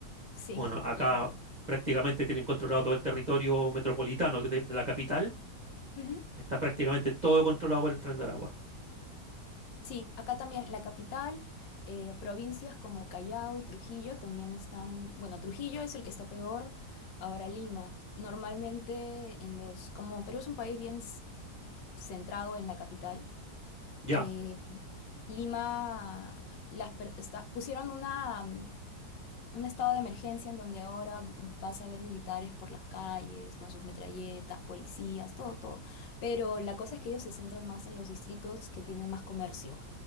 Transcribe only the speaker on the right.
Bueno,
acá
prácticamente tienen controlado todo el territorio metropolitano de, de la capital.
Está prácticamente todo controlado por el Tren de Aragua.
Ya,